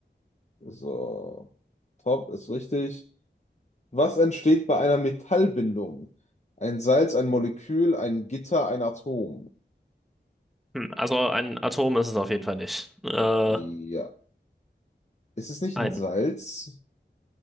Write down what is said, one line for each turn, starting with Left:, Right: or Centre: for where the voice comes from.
Left: So, top ist richtig. Was entsteht bei einer Metallbindung? Ein Salz, ein Molekül, ein Gitter, ein Atom.
Centre: Hm, also ein Atom ist es auf jeden Fall nicht. Äh,
Left: Ja, ist es nicht
Centre: ein.
Left: ein Salz?